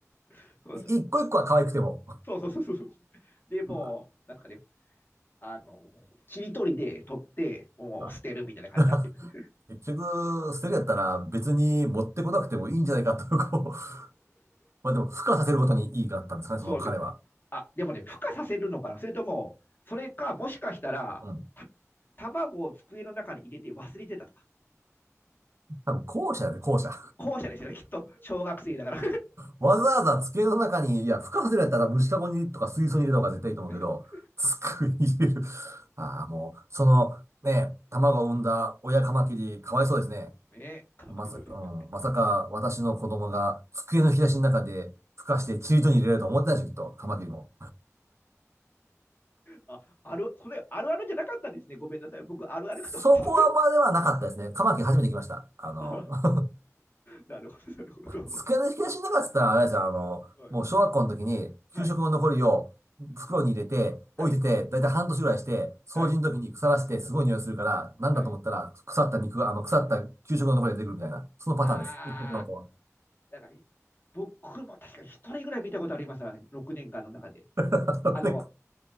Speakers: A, on the left; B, on the right.
A: <laughs> そうです
B: い一個一個は可愛くても。
A: そうそうそうそう。でもなんですかね、
B: うわ。
A: あの、切り取りで取って、もう捨てるみたいな感じになっちゃう。
B: あ <laughs> 結局、捨てるやったら別に持ってこなくてもいいんじゃないかと、こう、<laughs> まあでも、付加させることに意義があったんですかね、
A: そうです。
B: その彼は。
A: あ、でもね、孵化させるのかなそれとも、それか、もしかしたら、
B: うん。
A: た卵を机の中に入れて忘れてたとか。
B: 多分、後者やで、後者。
A: 後者ですよね、きっと。小学生だから。
B: わざわざ机の中に、いや、付加させるやったら虫かごにとか水槽に入れた方が絶対いいと思うけど、
A: <laughs>
B: 机に入れる。<laughs> ああ、もう、その、ね、卵を産んだ親カマキリ、かわいそうですね。
A: ねえ、かわいそうですよ。
B: まさ、うん、まさか私の子供が机の引き出しの中で孵化してチリトに入れられると思ってないでしょ、きっと、カマキリも。
A: あ、ある、それあるあるじゃなかったんですね。ごめんなさい。僕、あるあるかと思ってた。
B: そこはまではなかったですね。カマキリ初めて来ました。あの、
A: <laughs>
B: <laughs>
A: なるほど、なるほど。
B: 机の引き出しの中って言ったら、あれですよ、あの、
A: はい、
B: もう小学校の時に給食の残りを袋に入れて置いてて、
A: はい、はい、はい、
B: だいたい半年ぐらいして、掃除の時に腐らしてすごい匂いするから、
A: はい、
B: なんだと思ったら腐った肉が、
A: はい。
B: あの、腐った給食の残りが出てくるみたいな、そのパターンです。
A: あ
B: <laughs> 女の子は
A: ー、なんか、僕も確か一人ぐらい見たことありますわ、6年間の中で。
B: <laughs>
A: あの、